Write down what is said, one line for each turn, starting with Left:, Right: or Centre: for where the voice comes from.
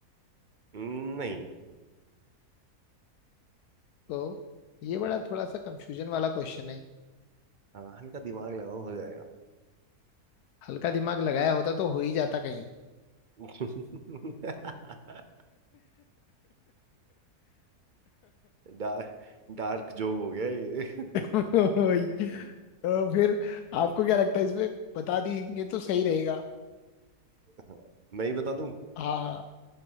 Right: हम्म, नहीं
Left: तो ये बड़ा थोड़ा सा कंफ्यूजन वाला क्वेश्चन है
Right: हाँ हल्का दिमाग लगाओ हो जाएगा
Left: हल्का दिमाग लगाया होता तो हो ही जाता कहीं
Right: <laughs> डार्क डार्क जोक हो गया ये <laughs>
Left: वही। तो फिर आपको क्या लगता है इसमें बता देंगे तो सही रहेगा
Right: हाँ, मैं ही बता दूं
Left: हाँ हाँ